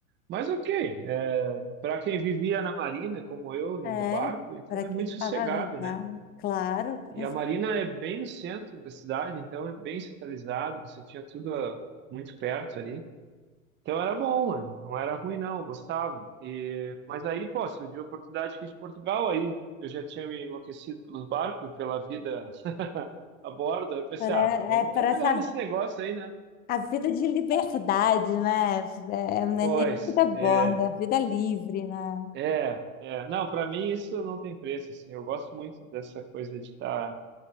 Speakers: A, on the right; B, on the left.
A: Mas ok, é, para quem vivia na marina, como eu, e
B: é,
A: no barco,
B: é,
A: então
B: para
A: é
B: quem
A: muito
B: estava
A: sossegado,
B: no bar,
A: né?
B: claro,
A: E
B: com
A: a
B: cer-
A: marina é bem no centro da cidade, então é bem centralizado, você tinha tudo ah, muito perto ali. Então era bom, mano, não era ruim não, eu gostava. E, mas aí, pô, surgiu a oportunidade aqui de Portugal, aí eu já tinha me enlouquecido pelos barcos, e pela vida <laughs> a bordo, aí eu pensei,
B: para-
A: ah, vamos
B: é
A: trabalhar
B: para saber
A: nesse negócio aí, né?
B: A vida de liberdade, né? É, é, não
A: Pois,
B: é nem vida borda,
A: é,
B: é vida livre, né?
A: É, é, não, para mim isso não tem preço, assim, eu gosto muito dessa coisa de estar